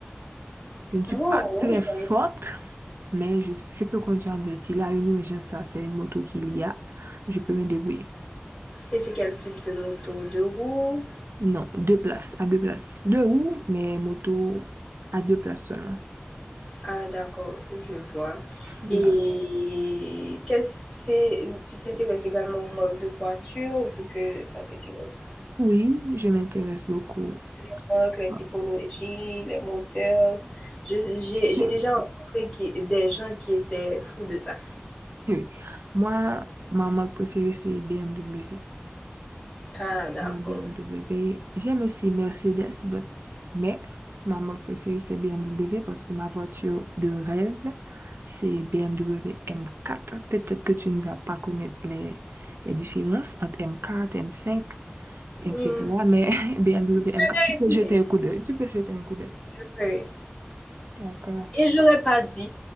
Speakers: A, on the right; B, in the centre.
A: Je ne suis
B: Oh,
A: pas très
B: ouais.
A: forte, mais je, je peux conduire en moto. S'il y a une urgence, ça, c'est une moto qu'il y a, je peux me débrouiller.
B: Et c'est quel type de moto? De roue?
A: Non, deux places, à deux places. Deux roues, mais moto à deux places seulement.
B: Ah d'accord, je vois.
A: Yeah.
B: Et qu'est-ce c'est tu t'intéresses également aux marques de voitures, vu que ça t'intéresse.
A: Oui, je m'intéresse beaucoup.
B: Les marques, les
A: Ah,
B: typologies, les moteurs. Je- j'ai
A: je-
B: j'ai déjà rencontré qui- des gens qui étaient fous de ça.
A: Oui. oui. Moi, ma marque préférée, c'est BMW.
B: Ah d'accord.
A: Mon BMW. J'aime aussi Mercedes, but- mais ma marque préférée, c'est BMW parce que ma voiture de rêve, c'est BMW M4. Peut-être que tu ne vas pas connaître les, les différences entre M4, M5, etc.
B: Hmm,
A: Mais <laughs> BMW M4,
B: je vérifierai,
A: tu peux jeter un coup d'œil. Tu peux jeter un coup d'œil.
B: je ferai.
A: D'accord.
B: Et j'aurais pas dit,